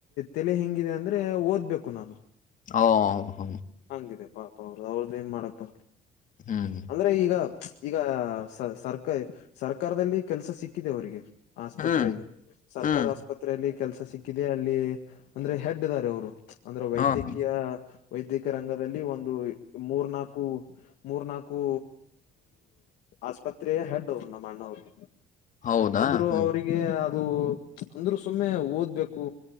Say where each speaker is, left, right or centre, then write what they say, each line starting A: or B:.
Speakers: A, on the left (about 80°); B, on the left (about 50°).
A: ತೆಲೆ ಹೆಂಗಿದೆ ಅಂದ್ರೆ ಓದ್ಬೇಕು ನಾನು
B: ಹಓ ಹ
A: ಹಂಗಿದೆ ಪಾಪ ಅವ್ರು ಅವ್ರದ್ದ್ ಏನ್ ಮಾಡಕ್
B: ಹ್ಮ್
A: ಅಂದ್ರೆ ಈಗ ಈಗ ಸರ್ಕ ಸರ್ ಸರ್ಕಾರದಲ್ಲಿ ಕೆಲಸ ಸಿಕ್ಕಿದೆ ಅವರಿಗೆ ಆಸ್ಪತ್ರೆಯಲ್ಲಿ
B: ಹ್ಮ್
A: ಸರ್ಕಾರ
B: ಹ್ಮ್
A: ಆಸ್ಪತ್ರೆಯಲ್ಲಿ ಕೆಲ್ಸ ಸಿಕ್ಕಿದೆ ಅಲ್ಲಿ ಅಂದ್ರೆ ಹೆಡ್ ಇದ್ದಾರೆ ಅವರು ಅಂದ್ರೆ ವೈದ್ಯಕೀಯ
B: ಹ ಹ
A: ವೈದ್ಯಕೀಯ ರಂಗದಲ್ಲಿ ಒಂದು ಮೂರ್ನಾಲ್ಕು ಮೂರ್ ನಾಲ್ಕು ಆಸ್ಪತ್ ಸ್ ಹೆಡ್ಡ್ರು ನಮ್ಮಣ್ಣವರು <inaudible>
B: ಹೌದಾ
A: ಅಂದ್ರು
B: ಹ್ಮ್
A: ಅವ್ರಿಗೆ ರು ಅಂದ್ರರು ಸುಮ್ಮನೆ ಓದ್ಬೇಕು